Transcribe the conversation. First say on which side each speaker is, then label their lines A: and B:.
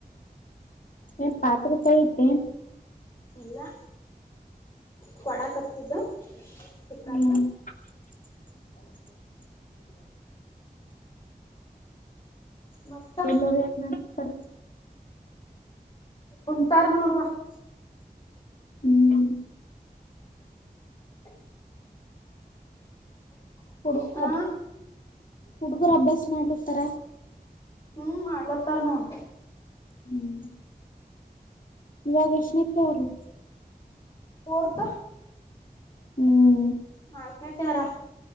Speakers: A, on the left; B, on the left.
A: ಏ ಪಾತ್ರ ತ ಇ್ದ
B: ಇಲ್ಲ ಕೊಡಕ್ತ್ತಿದ್ದು ಸಿಕ್ಕಾಕ
A: ಹ್ಮ್ <inaudible>
B: ಮತ್ತ
A: ಎಲ್ಲ ಮಾಡತಾರೆ
B: ಕುಂತಾರ್ ನೋಡ್ವ
A: ಹ್ಮ್
B: <inaudible>
A: ಹುಡುಗರು
B: ಹ
A: ಹುಡುಗರು ಅಭ್ಯಾಸ ಮಾಡ್ಲಿತಾರ
B: ಹ್ಮ್ ಮಾಡ್ಲತ್ತಾರ ನೋಡ್
A: ಹ್ಮ್ ಇವಾಗಶನ ತ ಅವರು
B: ಹರ್ತ
A: ಹ್ಮ್
B: ಮಲ್ಮೆ ತಾರಾ